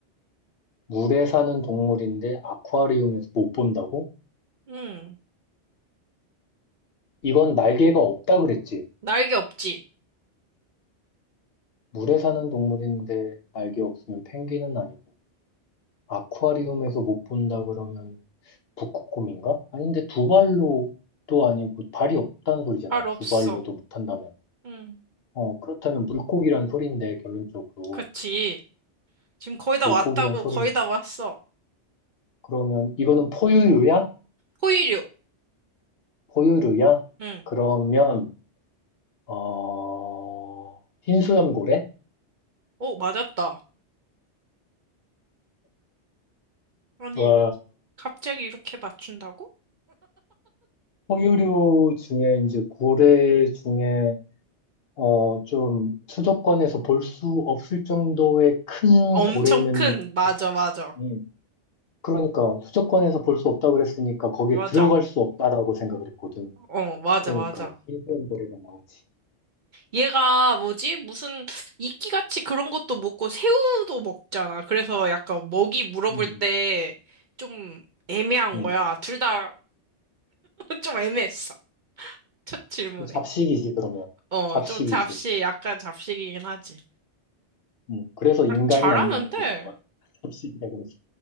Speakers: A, on the left; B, on the right.
A: 물에 사는 동물인데 아쿠아리움에서 못 본다고?
B: 응.
A: 이건 날개가 없다 그랬지?
B: 날개 없지.
A: 물에 사는 동물인데 날개 없으면 펭귄은 아니고 아쿠아리움에서 못 본다 그러면 북극곰인가? 아닌데 두 발로도 아니고 발이 없다는 소리잖아.
B: 발 없어.
A: 두 발로도 못한다면.
B: 응.
A: 어, 그렇다면 물고기란 소린데 결론적으로
B: 그렇지. 지금 거의 다
A: 물고기란
B: 왔다고,
A: 소린
B: 거의 다 왔어.
A: 그러면 이거는 포유류야?
B: 포유류.
A: 포유류야?
B: 응.
A: 그러면 어 흰수염고래?
B: 오, 맞았다. 아니,
A: 와
B: 갑자기 이렇게 맞춘다고?
A: 포유류 중에 이제 고래 중에 어, 좀 수도권에서 볼 수 없을 정도의 큰
B: 엄청
A: 고래는,
B: 큰, 맞아, 맞아.
A: 음, 그러니까 수도권에서 볼 수 없다 그랬으니까 거기에
B: 맞아.
A: 들어갈 수 없다라고 생각을 했거든.
B: 어, 맞아,
A: 그러니까
B: 맞아.
A: 신기한 고래가 나오지.
B: 얘가 뭐지? 무슨 이끼같이 그런 것도 먹고 새우도 먹잖아. 그래서 약간 먹이 물어볼
A: 음,
B: 때 좀 애매한
A: 음. 네.
B: 거야. 둘 다 좀 <laughs> 애매했어. 첫 질문에.
A: 잡식이지, 그러면.
B: 어,
A: 잡식이지.
B: 좀 잡식, 약간 잡식이긴 하지.
A: 음, 그래서 인간이
B: 아, 잘하는데?
A: 아니냐고 물어볼 거야. <laughs> 잡식이라 그랬어.